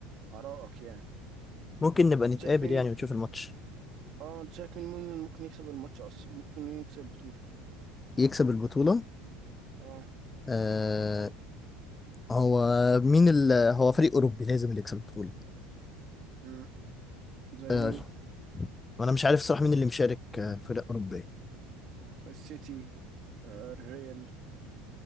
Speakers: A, on the right; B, on the left.
A: آرائك يعني
B: ممكن نبقى نتقابل
A: شايف مين
B: يعني ونشوف الماتش
A: اه انت شايف مين مين ممكن يكسب الماتش اصلا ممكن يكسب البطولة
B: يكسب البطوله
A: اه
B: آه هو مين ال... هو فريق اوروبي لازم اللي يكسب البطوله
A: مم. زي
B: آه،
A: مين
B: وانا مش عارف صراحه مين اللي مشارك آه، فرق اوروبيه
A: السيتي آه، الريال